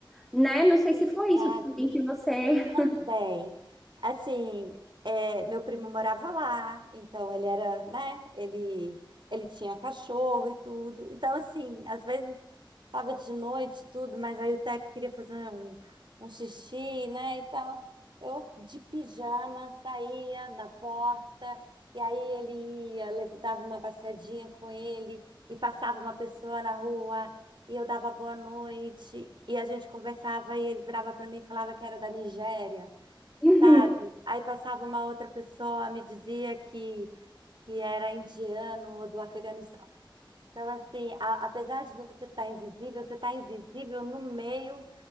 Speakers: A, in the centre; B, on the right (about 65°).
A: né? Não sei
B: exato.
A: se foi isso também que você. <laughs>
B: Também. Assim, é, meu primo morava lá, então ele era, né? Ele, ele tinha cachorro e tudo. Então, assim, às vezes Tava de noite, e tudo, mas aí o Teco queria fazer um, um xixi, né, e tal. Eu, de pijama, saía da porta, e aí ele ia, lev- dava uma passeadinha com ele, e passava uma pessoa na rua, e eu dava boa noite, e a gente conversava, e ele virava para mim e falava que era da Nigéria,
A: Uhum,
B: sabe? Aí passava uma outra pessoa, me dizia que, que era indiano ou do Afeganistão. Então, assim, a- apesar de você estar invisível, você está invisível no meio